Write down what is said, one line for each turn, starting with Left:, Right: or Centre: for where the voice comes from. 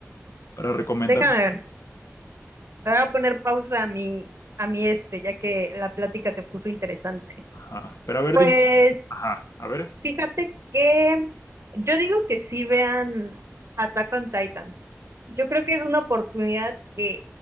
Left: para recomendarle
Right: déjame ver, le voy a poner pausa a mi, a mi este, ya que la plática se puso interesante.
Left: Ajá. Pero a ver,
Right: Pues
Left: dime. Ajá, a ver.
Right: Fíjate que yo digo que sí vean Attack on Titans. Yo creo que es una oportunidad que